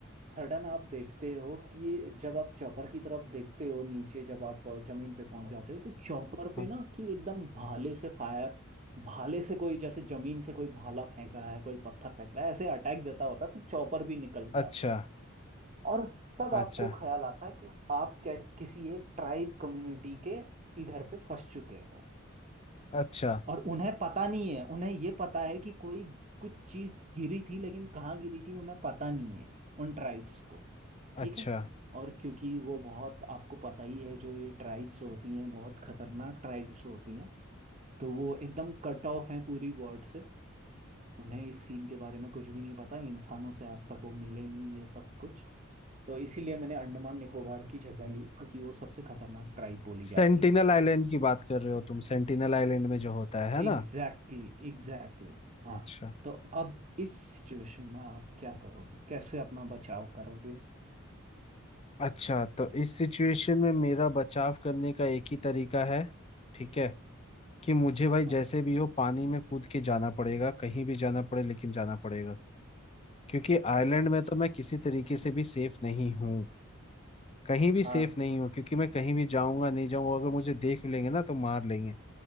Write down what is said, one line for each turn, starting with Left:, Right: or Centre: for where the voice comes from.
Right: सडन आप देखते हो कि जब आप चौपर की तरफ देखते हो नीचे जब आप अ, जमीन पे पहुंच जाते हो तो चौपर पे
Left: हाँ,
Right: ना कि एकदम भाले से फायर भाले से कोई जैसे जमीन से कोई भाला फेंक रहा है कोई पत्थर फेंक रहा है ऐसे अटैक जैसा होता है तो चौपर भी निकल जाता
Left: अच्छा
Right: और तब आपको
Left: अच्छा
Right: ख्याल आता है कि आप क्या किसी एक ट्राइब कम्युनिटी के इधर पे फंस चुके हो
Left: अच्छा
Right: और उन्हें पता नहीं है उन्हें ये पता है कि कोई कुछ चीज गिरी थी लेकिन कहाँ गिरी थी उन्हें पता नहीं है उन ट्राइब्स को ठीक
Left: अच्छा
Right: है और क्योंकि वो बहुत आपको पता ही है जो ये ट्राइब्स होती हैं बहुत खतरनाक ट्राइब्स होती हैं तो वो एकदम कट ऑफ हैं पूरी वर्ल्ड से उन्हें इस सीन के बारे में कुछ भी नहीं पता इंसानों से आज तक वो मिले नहीं ये सब कुछ तो इसीलिए मैंने अंडमान निकोबार की जगह ली क्योंकि वो सबसे खतरनाक ट्राइब बोली
Left: सेंटिनल
Right: जाती है
Left: आइलैंड की बात कर रहे हो तुम सेंटिनल आइलैंड में जो होता है है
Right: एग्जैक्टली
Left: ना
Right: exactly, एग्जैक्टली exactly, हाँ
Left: अच्छा
Right: तो अब इस सिचुएशन में आप क्या करोगे कैसे अपना बचाव करोगे
Left: अच्छा तो इस सिचुएशन में मेरा बचाव करने का एक ही तरीका है ठीक है कि मुझे भाई
Right: हाँ
Left: जैसे भी हो पानी में कूद के जाना पड़ेगा कहीं भी जाना पड़े लेकिन जाना पड़ेगा क्योंकि आइलैंड में तो मैं किसी तरीके से भी सेफ नहीं हूँ कहीं भी सेफ
Right: हाँ
Left: नहीं हूँ क्योंकि मैं कहीं भी जाऊंगा नहीं जाऊंगा अगर मुझे देख भी लेंगे ना तो मार लेंगे